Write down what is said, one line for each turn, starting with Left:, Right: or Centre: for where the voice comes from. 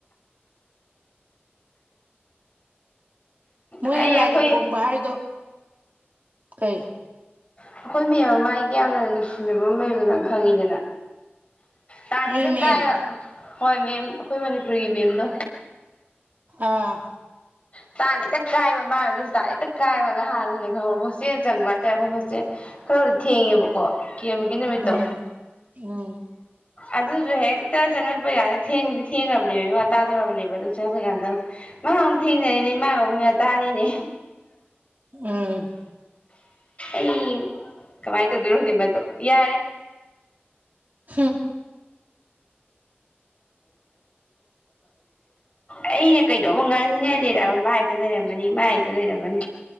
Right: ꯃꯣꯏꯅ
Left: ꯑꯩ
Right: ꯂꯥꯏꯔꯤꯛ
Left: ꯑꯩꯈꯣꯏ
Right: ꯐꯣꯡꯕ ꯍꯥꯏꯗꯣ ꯀꯩ
Left: ꯑꯩꯈꯣꯏ ꯃꯦꯝ ꯑꯃ ꯑꯩꯒ ꯌꯥꯝꯅ ꯅꯨꯡꯁꯤꯅꯕ ꯃꯌꯥꯝꯗ ꯅꯪ ꯈꯪꯉꯤꯗꯅ ꯇꯥꯅꯤꯗ
Right: ꯅꯣꯏ ꯃꯦꯝ
Left: ꯀꯥꯏꯕ ꯍꯣꯏ ꯃꯦꯝ ꯑꯩꯈꯣꯏ ꯃꯅꯤꯄꯨꯔꯒꯤ ꯃꯦꯝꯗꯣ
Right: ꯑꯥ
Left: ꯇꯥꯅ ꯍꯦꯛꯇ ꯀꯥꯏꯕ ꯃꯥꯉꯒꯤꯁꯨ ꯇꯥꯅ ꯍꯦꯛꯇ ꯀꯥꯏꯕ ꯉꯥꯏꯍꯥꯁꯨꯅꯦ ꯈꯪꯕꯔꯣ ꯍꯣꯁꯇꯦꯜ ꯆꯪꯕ ꯍꯥꯏꯇꯥꯔꯦ ꯑꯩꯈꯣꯏ ꯍꯣꯁꯇꯦꯜ ꯈꯔꯕꯨꯗꯤ ꯊꯦꯡꯉꯦꯕꯀꯣ ꯀꯦꯝꯒꯤ ꯅꯨꯃꯤꯠꯇ
Right: ꯎꯝ ꯎꯝ
Left: ꯑꯗꯨꯁꯨ ꯍꯦꯛꯇ ꯆꯪꯉꯛꯄ ꯌꯥꯗꯗꯤ ꯊꯦꯡꯈ꯭ꯔꯕꯅꯦꯕ ꯃꯤ ꯋꯥ ꯇꯥꯗꯧꯔꯕꯅꯦꯕ ꯑꯗꯨ ꯆꯪꯉꯛꯄ ꯀꯗ ꯃꯥ ꯊꯦꯡꯅꯔꯤꯅꯦ ꯃꯥ ꯉꯧꯕꯤ ꯋꯥ ꯇꯥꯔꯤꯅꯦ
Right: ꯎꯝ
Left: ꯑꯩ ꯀꯃꯥꯏꯅ ꯇꯧꯗꯣꯏꯅꯣ ꯍꯨꯗꯤꯡꯕꯗꯣ ꯌꯥꯔꯦ
Right: ꯍꯝ
Left: ꯑꯩꯅ ꯀꯩꯅꯣꯃ ꯉꯥꯡꯅꯤꯡꯉꯥꯏ ꯂꯩꯔꯛꯑ ꯃꯥ ꯍꯦꯛꯇ ꯂꯩꯔꯝꯃꯅꯤ ꯃꯥ ꯍꯦꯛꯇ ꯂꯩꯔꯝꯃꯅꯤ